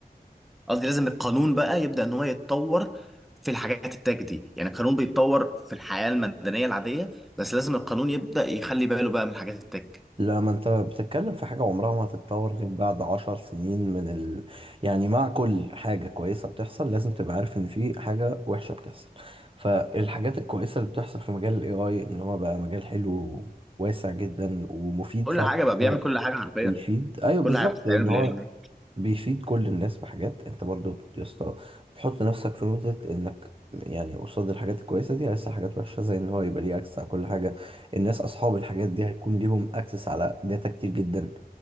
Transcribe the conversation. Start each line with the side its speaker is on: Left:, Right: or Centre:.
Centre: قصدي لازم القانون بقى يبدأ ان هو يتطور في الحاجات التاج دي يعني القانون بيتطور في الحياة المدنية العادية بس لازم القانون يبدأ يخلي باله بقى من الحاجات التاج
Right: لما انت بتتكلم في حاجة عمرها ما هتتطور غير بعد عشر سنين من ال... يعني مع كل حاجة كويسة بتحصل لازم تبقى عارف ان في حاجة وحشة بتحصل فالحاجات الكويسة اللي بتحصل في مجال الاي اي ان هو بقى مجال حلو واسع جدا ومفيد
Centre: كل
Right: فعلا
Centre: حاجة بقى بيعمل
Right: هو
Centre: كل حاجة حرفيا
Right: بيفيد ايوه بالظبط
Centre: كل حاجة بتتعمل
Right: ان
Centre: بالاي
Right: هو
Centre: اي.
Right: بيفيد كل الناس بحاجات انت برضو بت- يا اسطى بتحط نفسك في نقطة انك يعني قصاد الحاجات الكويسة دي لسه حاجات وحشة زي ان هو يبقى ليه اكسس على كل حاجة الناس اصحاب الحاجات دي هيكون ليهم اكسس على داتا كتير جدا